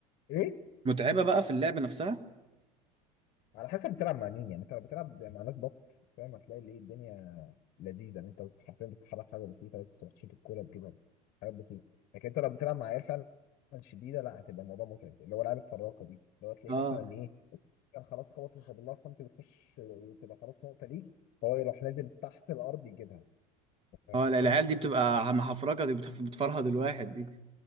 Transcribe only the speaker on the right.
متعبة بقى في اللعب نفسها
اه
اه لا العيال
دي بتبقى محفرجة دي بتف- بتفرهد الواحد دي